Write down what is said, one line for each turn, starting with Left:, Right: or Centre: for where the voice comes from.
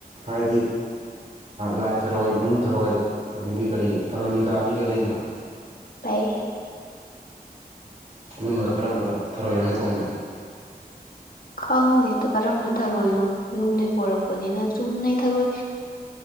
Right: ꯍꯥꯏꯗꯤ ꯂꯥꯏ ꯊꯔꯣꯏ ꯅꯨꯡ ꯊꯔꯣꯏ ꯑꯗꯨꯗꯤ ꯀꯔꯤ ꯊꯔꯣꯏ ꯅꯤꯡꯊꯕꯤꯒꯦ ꯂꯩꯗꯅ
Left: ꯇꯥꯏ
Right: ꯎ ꯑꯗꯨꯝꯕ ꯀꯔꯝꯕ ꯊꯔꯣꯏꯅꯅꯤ ꯊꯣꯡꯃꯤꯅ
Left: ꯈꯪꯗꯦ ꯀꯔꯝꯕ ꯊꯔꯣꯏꯅꯣ ꯌꯨꯝꯗꯩ ꯄꯣꯔꯛꯄꯅꯤꯅ ꯆꯨꯝꯅꯩ ꯊꯔꯣꯏ